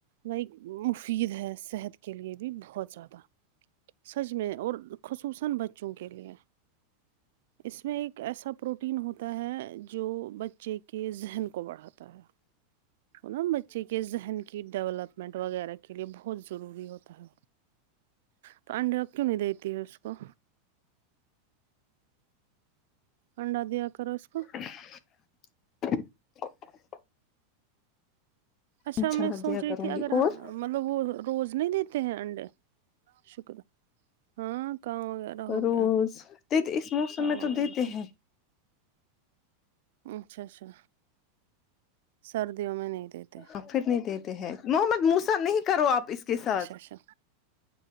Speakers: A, on the right; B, on the left.
A: لائک مفید ہے صحت کے لیے بھی بہت زیادہ سج میں اور خصوصن بچوں کے لیے اس میں ایک ایک ایسا پروٹین ہوتا ہے جو بچے کے ذہن کو بڑھاتا ہے نا بچے کے ذہن کی ڈیولپمنٹ وغیرہ کے لیے بہت ضروری ہوتا ہے تو انڈے کیوں نہیں دیتی ہے اس کو انڈا دیا کرو اس کو
B: <inaudible>
A: اچھا
B: انشاء
A: میں
B: اللہ
A: سوچ
B: دیا
A: رہی
B: کروں
A: تھی اگر
B: گی اور
A: مطلب وہ روز نہیں دیتے ہیں انڈے شکرہ ہاں کام وغیرہ ہو
B: روز
A: گیا
B: دیتے اس موسم
A: کام
B: میں تو
A: وغیر
B: دیتے
A: ہو گیا
B: ہیں
A: اچھا اچھا سردیوں میں نہیں دیتے
B: ہاں پھر نہیں دیتے ہیں محمد موسا نہیں کرو آپ اس کے ساتھ
A: اچھا اچھا